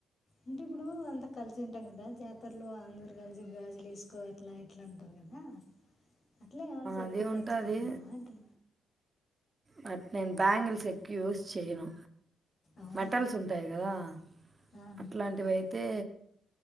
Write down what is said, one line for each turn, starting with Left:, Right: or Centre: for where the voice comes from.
Left: అంటే ఇప్పుడు అంత కలిసి ఉంటాం కదా జాతరలో అందరు కలిసి గాజులు వేసుకో అట్లా ఇట్లా అంటారు కదా అట్లా ఏమన్న
Right: అది
Left: ఎక్కువ
Right: ఉంటుంది
Left: ఖర్చు పెట్టినావా అంటు
Right: బట్ నేను బ్యాంగిల్స్ ఎక్కువ యూస్ చేయను
Left: అవునా
Right: మెటల్స్ ఉంటాయి కదా
Left: ఆ,
Right: అట్లాంటివియితే